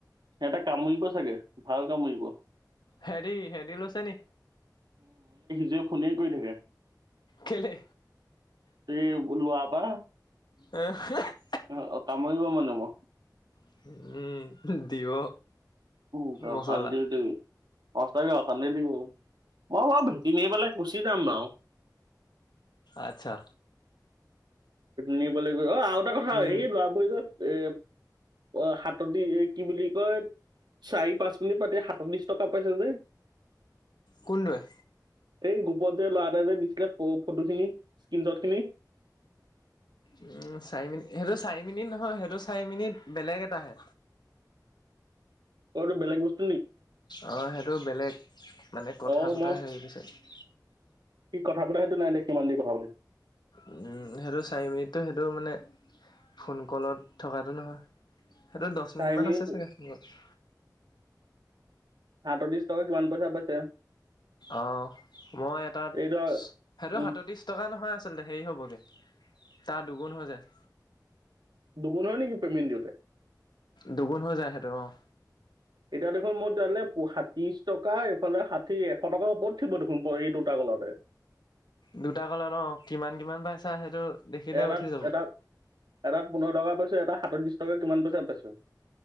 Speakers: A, on the right; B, on the left.
A: সিহটা কামুৰিব চাগে ভাল কামুৰিব।
B: হেৰি, হেৰি লৈছে নি?
A: যে ফোনে কৰি থাকে
B: কেলে
A: সেই লোৱাৰ পৰা।
B: <unintelligible>
A: অ', অ' কামুৰিব মানে। <unintelligible>
B: উম দিব।
A: উম।
B: মচলা
A: <unintelligible> সঁচাকে অখানতি দিব মই বা ভেটি নি পেলাই গুচি যাম বাৰু।
B: আচ্ছা।
A: নিব লাগিব অ। আৰু এটা কথা
B: উম
A: হে এই লৰা <unintelligible> এ অ' সাতদি কি বুলি কয় চাৰি পাঁচ মিনিট পাতি সাতল্লিশ টকা পাইছা যে।
B: কোনতোয়ে?
A: এই গ্ৰুপত যে, ল'ৰাটোৱে যে দিছিলে ফটোখিনি, স্ক্ৰীনশ্বটখিনি
B: উম চাৰি মিনিট সেইটো চাৰি মিনিট নহয় সেইটো চাৰি মিনিট বেলেগ এটাহে।
A: অ' এতো বেলেগ বস্ত
B: অ' সেইটো বেলেগ মানে কথা
A: অ
B: পতা
A: মই
B: হেৰি। <unintelligible>
A: কি কথা পতা, সেইটো নাই দেখুৱা, কিমান দেৰি কথা পাতে?
B: উম, সেইটো চাৰি মিনিটটো। সেইটো মানে ফোন কলত থকাটো নহয় সেইটো দচ
A: চাৰি
B: মিনিটমান
A: মিনিট
B: আছে চাগে ফোনত।
A: সাতত্ৰিছ টকা কিমান পইচা পাইছে?
B: অ', মই এটাত,
A: এইটো
B: সেইটো
A: উম,
B: সাতত্ৰিশ টকা নহয় আছে আচলতে হেৰি হ'বগে, তাৰ দুগুণ হৈ যায়।
A: দুগুন হয় নেকি পেমেন্ট দউতে?
B: দুগুণ হৈ যায় সেতো অ'।
A: এতিয়া দেখোন মই তেতিয়া হলে সাত্ৰিশ টকা এইফালে ষাঠি এশ টকাৰ ওপৰত থিব দেখোন। <unintelligible> <unintelligible>
B: দুটা কলত অ' কিমান কিমান পাইছা সেইটো দেখিলে
A: এটাত
B: উঠি যাব
A: এটাত এটাত পোন্ধৰ টকা পাইছ এটা সাতত্ৰিছ টকা কিমান পইচা পাইছ?